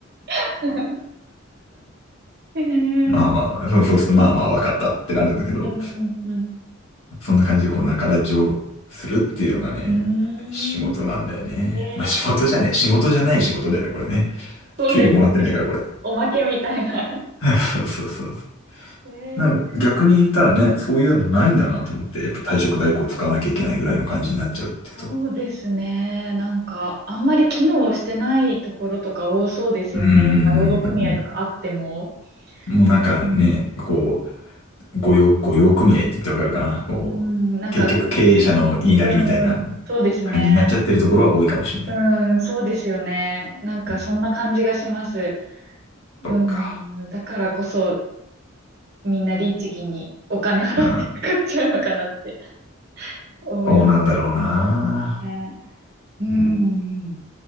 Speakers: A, on the right; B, on the left.
A: <laughs> へえ、うん
B: まあまあ、そうそうすると、まあまあ、わかったってなるんだけど、
A: うんうん
B: そんな感じでこう仲立ちをするっていうのがね、
A: うん。
B: 仕事なんだよね。
A: うーん、えー
B: まあ仕事じゃねえ、仕事じゃない仕事だよね、これね。
A: そうです。
B: 給料もらってないから、これ。
A: おまけみたいな。<laughs>
B: <laughs> そうそうそう。
A: えー
B: でも逆に言ったらね、そういうのないんだなと思って、やっぱ退職代行使わなきゃいけないぐらいの感じになっちゃうっていうと。
A: そうですね。なんか、あんまり機能してないところとか多そうですよね。
B: うーん。
A: やっぱ労働組合とかあっても。
B: もうなんかね、
A: うん。
B: こう、御用、御用組合って言ってわかるかな。こう、
A: うん、なんか、
B: 結局経営者の言いなりみたいな
A: う、うん、うんそうですね。
B: 感じになっちゃってるところは多いかもしれない。
A: うん、そうですよね。なんか、
B: うん。
A: そんな感じがします。
B: そっか。
A: うん、だからこそ、みんな律儀にお金払ってかっちゃうのかなって
B: うん。
A: 思います
B: そうなんだろうな。
A: ね。うん、
B: う